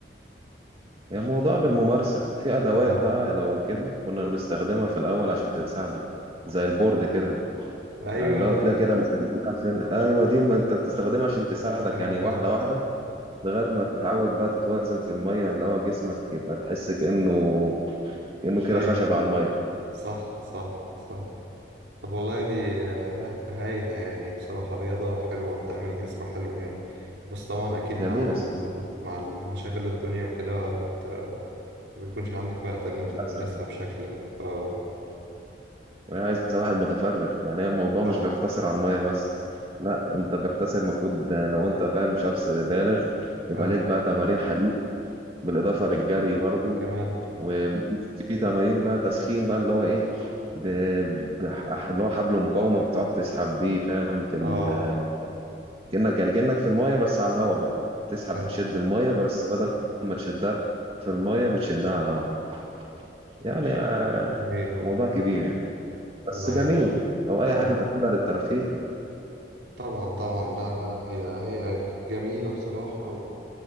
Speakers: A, on the right (about 30°); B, on the right (about 70°).
A: يعني موضوع بالممارسه وفي ادوات
B: طبعا
A: بقى لو كده كنا بنستخدمها في الاول عشان تساعدك زي البورد كده
B: ايوه
A: اللي هو تلاقي كده زي بتاع في ال- ايوه دي ما انت بتستخدمها عشان تساعدك
B: <laughs>
A: يعني واحده
B: آه.
A: واحده لغايه ما تتعود بقى تتوازن في الميه اللي هو جسمك يبقى تحس كانه كانه كده
B: ايوه
A: خشب على الميه
B: صح صح صح طب والله دي آه، ه- هايلة يعني بصراحة رياضة حلوة وبتعمل الجسم حلو يعني بس طبعا أكيد مع
A: جميله
B: ال
A: السباحه
B: مع المشاغل الدنيا وكده بت- ما بيكونش عندك وقت إن أنت
A: للاسف
B: تمارسها بشكل آه
A: وهي عايزة واحد متفرغ يعني هي الموضوع
B: طبعا
A: مش بيقتصر على المية بس لا انت بيقتصر المفروض لو انت فاهم شخص بالغ يبقى
B: آه
A: ليك بقى تمارين حديد بالإضافة للجري برضو
B: كمان
A: وفي تمارين بقى تسخين بقى اللي هو ايه ب... بح- اللي هو حبل مقاومة بتقعد تسحب بيه فاهم في ال...
B: آه
A: كأنك يعني كأنك في المية بس على الهواء بقى تسحب
B: حلو
A: بتشد المية بس بدل ما تشدها في المية بتشدها على الهواء كده يعني آه،
B: هايل والله
A: موضوع كبير يعني بس
B: والله
A: جميل أو
B: طبعا
A: أي حاجة تاخدها للترفيه
B: طبعا طبعا لا لا لا هي هي جميلة بصراحة